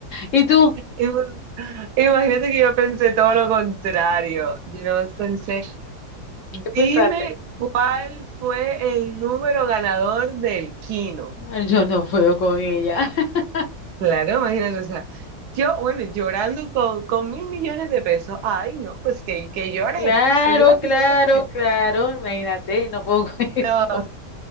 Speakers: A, on the left; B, on the right.
A: ¿Y tú?
B: Ima- Imagínate que yo pensé todo lo contrario. Yo nomás pensé, dime
A: ¿Qué pensaste?
B: cuál fue el número ganador del Kino.
A: Ah, Yo no puedo con ella. <laughs>
B: Claro, imagínate, o sea, yo, bueno, llorando con, con mil millones de pesos. Ay, no, pues que, que llore,
A: Claro,
B: que llore,
A: claro,
B: que suerte.
A: claro. Imagínate, no puedo con <laughs> eso.
B: No,